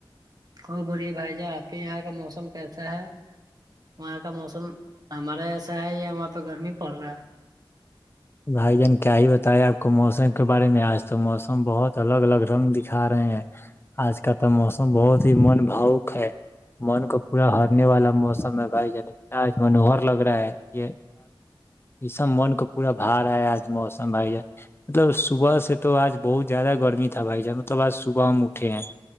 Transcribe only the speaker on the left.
بھائی جان کیا ہی بتایا آپ کو موسم کے بارے میں آج تو موسم بہت الگ الگ رنگ دکھا رہے ہیں آج کل تو موسم بہت ہی من بھاوک ہے من کو پورا ہرنے والا موسم ہے بھائی جان چج م نوہر لگ رہا ہے یہ یہ سب من کو بارا آج موسم ہے یہ مطلب صبح سے تو آج بہت زیادہ گرمی تھا بھائی جان مطلب آج صبح ہمٹھ ٹھے ہیں